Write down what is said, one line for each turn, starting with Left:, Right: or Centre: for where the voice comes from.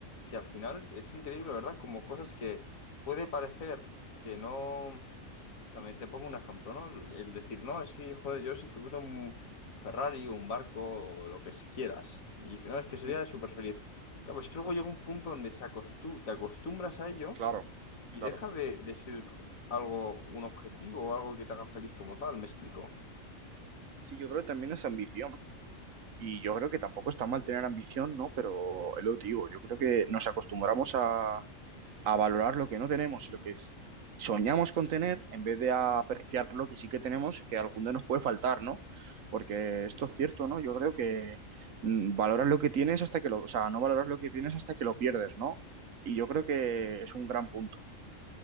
Left: que al final es increíble, ¿verdad? Como cosas que puede parecer que no... O sea, me- te pongo un ejemplo, ¿no? El decir, no, es que, joder, yo si tuviera un Ferrari, un barco, o lo que quieras, y dices, no, es que
Right: Ujú,
Left: sería súper feliz. Claro, pues que luego llega un punto donde se acostu- te acostumbras a ello
Right: Claro,
Left: y
Right: claro.
Left: deja de, de ser algo, un objetivo o algo que te haga feliz como tal, ¿me explico?
Right: Sí, yo creo que también es ambición. Y yo creo que tampoco está mal tener ambición, ¿no? Pero es lo que te digo, yo creo que nos acostumbramos a, a valorar lo que no tenemos y lo que es- soñamos con tener en vez de apreciar lo que sí que tenemos y que algún día nos puede faltar, ¿no? Porque esto es cierto, ¿no? Yo creo que mm, valoras lo que tienes hasta que lo, o sea, no valoras lo que tienes hasta que lo pierdes, ¿no? Y yo creo que
Left: Sí,
Right: es un gran punto.